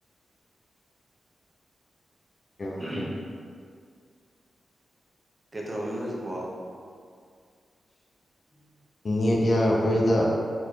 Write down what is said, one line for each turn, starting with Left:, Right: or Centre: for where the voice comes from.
Left: ꯑꯣꯀꯦ
Right: ꯎꯝ ꯀꯩꯗꯃꯤꯅ ꯍꯧꯖꯤꯀ ꯎꯝ
Left: ꯅꯦꯠ ꯌꯥꯔꯛꯄꯁꯤꯗ